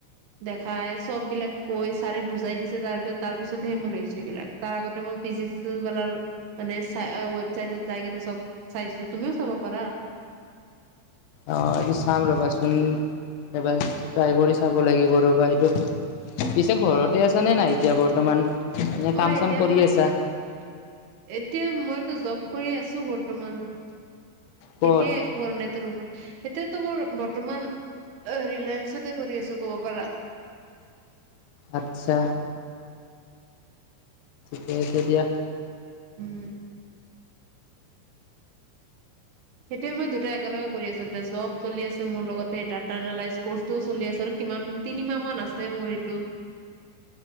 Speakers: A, on the right; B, on the left.
A: দেখাই চবিলাক কৈ ছাৰে বুজাই দিছে। তাৰ পিছত তাৰ পিছতহে মোৰ হৈছে এইবিলাক। তাৰ আগতে ম ফিজিক্স ৱালাৰ মানে চ ৱেবচাইটত যাই কিনে চব চাইছো, তুমিও চাব পাৰা। <inaudible>
B: অ, এইটো চাম ৰবাচোন। এবাৰ ট্ৰাই কৰি চাব লাগিব ৰ'বা এইটো। পিছে ঘৰতে
A: অ
B: আছা নে নাই এতিয়া বৰ্তমান? এনে
A: অ
B: কাম-চাম
A: এতিয়া
B: কৰি
A: মোৰ
B: আছা?
A: এতিয়া মইতো জব কৰি আছো বৰ্তমান।
B: ক'ত
A: এতিয়াই একো কৰা নাই। এতিয়া ৰুমত এত মোৰ বৰ্তমান ৰিলায়েন্ঞ্চতে কৰি আছো ক'ব পাৰা।
B: আচ্ছা হৈছে দিয়া।
A: উম। সেইটোৱে মই দুটা একেলগে কৰি আছো। এতিয়া জব চলি আছে মোৰ লগতে ডাটা এনালাইছ কৰ্চটোও চলি আছে কিমান, তিনিমাহ মান আছে মোৰ এইটো।